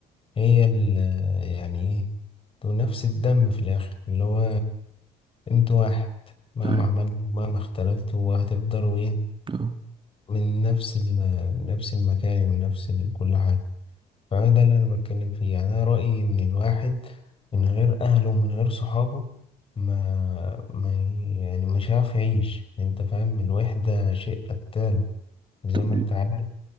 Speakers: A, on the left; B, on the right.
A: هي ال آه، يعني إيه تو نفس الدم في الآخر اللي هو أنتوا واحد مهما
B: أيوة
A: عملتوا مهما اختلفتوا هتفضلوا إيه
B: أه.
A: من نفس ال- آه، نفس المكان ومن نفس ال- كل حاجة فده اللي انا بتكلم فيه يعني انا رأيي ان الواحد من غير اهله ومن غير صحابه ما, ما يعني مش عارف يعيش انت فاهم الوحدة شيء قتال زي
B: طب
A: ما انت عارف